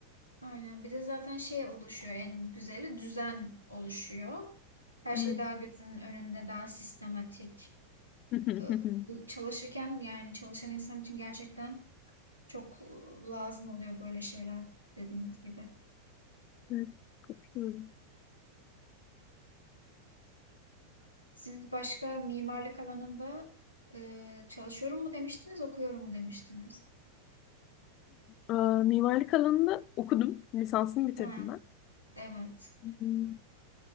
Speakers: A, on the right (about 85°); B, on the left (about 40°).
A: Aynen. Bir de zaten şey oluşuyor en güzeli düzen oluşuyor. Her
B: Evet.
A: şey daha gözünün önünde daha sistematik.
B: <laughs>
A: Ee, Çalışırken yani çalışan insan için gerçekten çok e, lazım oluyor böyle şeyler dediğiniz gibi.
B: Evet, katılıyorum.
A: Siz başka mimarlık alanında e, çalışıyorum mu demiştiniz, okuyorum mu demiştiniz?
B: Ee, mimarlık alanında okudum. Lisansımı bitirdim
A: Ha, evet.
B: ben.